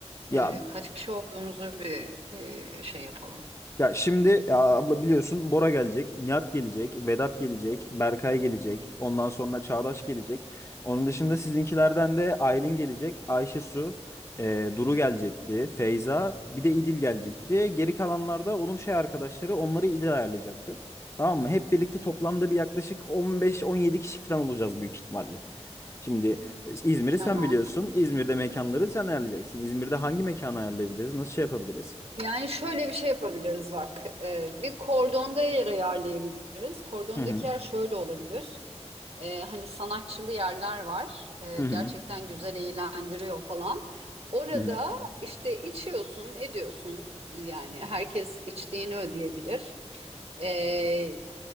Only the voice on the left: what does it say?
Ya
Ya şimdi ya abla biliyorsun Bora gelecek, Nihat gelecek, Vedat gelecek, Berkay gelecek, ondan sonra Çağdaş gelecek. Onun dışında sizinkilerden de Aylin gelecek, Ayşe Su, e, Duru gelecekti, Feyza, bir de İdil gelecekti. Geri kalanlar da onun şey arkadaşları onları İdil ayarlayacaktı. Tamam mı? Hep birlikte toplamda bir yaklaşık 15-17 kişi falan olacağız büyük ihtimalle. Şimdi e, İzmir'i
sen biliyorsun. İzmir'de mekanları sen ayarlayacaksın. İzmir'de hangi mekanı ayarlayabiliriz? Nasıl şey yapabiliriz?
Hı hı.
Hı
hı.
Hı hı.